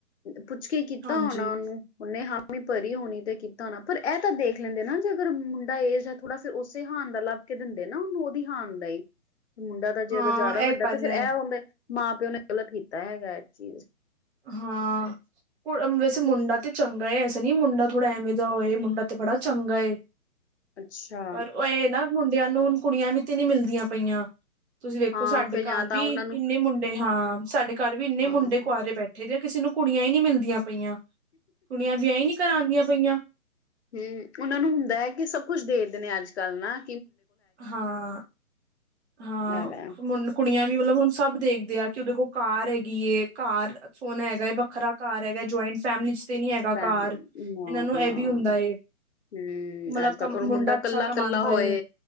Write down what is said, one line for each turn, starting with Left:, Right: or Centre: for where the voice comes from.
Left: ਪੁੱਛ ਕੇ ਕੀਤਾ
Right: ਹਾਂਜੀ
Left: ਹੋਣਾ ਉਹਨੂੰ ਉਹਨੇ ਹਾ। ਪਰੀ ਹੋਣੀ ਤੇ ਕੀਤਾ ਨਾ ਪਰ ਇਹ ਤਾਂ ਦੇਖ ਲੈਂਦੇ ਨਾ ਜੇ ਅਗਰ ਮੁੰਡਾ ਏਜ ਹੈ ਥੋੜਾ ਫੇਰ ਉਸੇ ਹਾਨ ਦਾ ਦਿੰਦੇ ਨੇ ਨਾ ਉਹਨੂੰ ਉਹਦੀ ਹਾਣ ਦਾ ਹੀ, ਮੁੰਡਾ ਤਾਂ ਜੇ
Right: ਹਾਂ
Left: ਅਗਰ ਜ਼ਿਆਦਾ
Right: ਇਹ
Left: ਵੱਡਾ
Right: ਗੱਲ
Left: ਤੇ ਫੇਰ
Right: ਹੈ
Left: ਇਹ ਹੁੰਦਾ, ਮਾਂ ਪਿਓ ਨੇ ਗ਼ਲਤ ਕੀਤਾ ਹੈਗਾ ਇਸ ਚੀਜ਼
Right: ਹਾਂ, ਵੈਸੇ ਮੁੰਡਾ ਤੇ ਚੰਗਾ ਏ ਐਸਾ ਨੀ ਮੁੰਡਾ ਥੋੜ੍ਹਾ ਐਵੇਂ ਦਾ ਹੋਏੰ ਦਾ ਤੇ ਬੜਾ ਚੰਗਾ ਏ,
Left: ਅੱਛਾ,
Right: ਪਰ ਉਹ ਇਹ ਨਾ ਮੁੰਡਿਆਂ ਨੂੰ ਹੁਣ ਕੁੜੀਆਂ ਵੀ ਤੇ ਨੀ ਮਿਲਦੀਆਂ ਪਈਆਂ। ਤੁਸੀਂ ਵੇਖੋ
Left: ਹਾਂ
Right: ਸਾਡੇ
Left: ਫਿਰ ਜਾਂ
Right: ਘਰ ਵੀ
Left: ਤਾਂ ਉਹਨਾਂ ਨੂੰ
Right: ਇੰਨੇ ਮੁੰਡੇ ਹਾਂ ਸਾਡੇ ਘਰ ਵੀ ਇੰਨੇ
Left: ਹਾਂ
Right: ਮੁੰਡੇ ਕੁਆਰੇ ਬੈਠੇ, ਇਹ ਕਿਸੇ ਨੂੰ ਕੁੜੀਆਂ ਹੀ ਨੀ ਮਿਲਦੀਆਂ ਪਈਆਂ। ਕੁੜੀਆਂ ਵਿਆਹ ਹੀ ਨਹੀਂ ਕਰਾਂਦੀਆਂ ਪਈਆਂ
Left: ਹੂੰ, ਉਹਨਾਂ ਨੂੰ ਹੁੰਦਾ ਹੈ ਕਿ ਸਭ ਕੁਛ ਦੇਖਦੇ ਨੇ ਅੱਜ ਚੱਲਣਾ,
Right: ਹਾਂ-ਹਾਂ
Left: ਐਵੇਂ
Right: ਕੁੜੀਆਂ ਵੀ ਮਤਲਬ ਹੁਣ ਸਭ ਦੇਖਦੇ ਆ, ਕਿ ਉਹਦੇ ਕੋਲ ਕਾਰ ਹੈਗੀ ਏ, ਘਰ ਸੋਹਣਾ ਹੈਗਾ ਹੈ ਵੱਖਰਾ ਘਰ ਹੈਗਾ, ਜੁਆਇੰਟ ਫੈਮਲੀ ਚ ਤੇ ਨੀ ਹੈਗਾ
Left: ਫੈਮਲੀ
Right: ਘਰ
Left: ਹਾਂ
Right: ਇਹਨਾਂ ਨੂੰ ਇਹ ਵੀ ਹੁੰਦਾ ਹੈ
Left: ਹੂੰ
Right: ਮਤਲਬ
Left: ਅੱਜ
Right: ਕ
Left: ਕੱਲ ਔਰ
Right: ਮੁੰਡਾ ਅੱਛਾ
Left: ਕੱਲਾ
Right: ਕਮਾਦਾ
Left: ਕੱਲਾ ਹੋਏ
Right: ਐ।